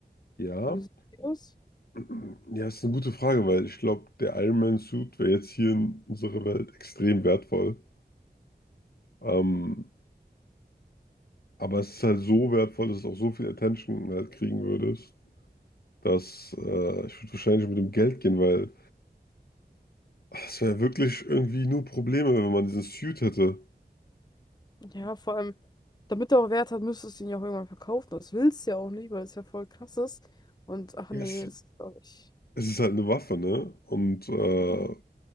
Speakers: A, on the left; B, on the left.
A: Ja,
B: Wie sieht die aus?
A: <clears throat> ja, ist eine gute Frage, weil ich glaube, der Iron Man Suit wäre jetzt hier in unserer Welt extrem wertvoll. Ähm, aber es ist halt so wertvoll, dass es auch so viel Attention halt kriegen würdest, dass äh, ich würde wahrscheinlich mit dem Geld gehen, weil Das wäre wirklich irgendwie nur Probleme, wenn man diesen Suit hätte.
B: Ja, vor allem, damit er auch Wert hat, müsstest du ihn ja auch irgendwann verkaufen. Das willst du ja auch nicht, weil es ja voll krass ist. Und, ach
A: Yes.
B: nee,
A: Es,
B: ist auch nicht.
A: ist halt eine Waffe, ne? Und äh,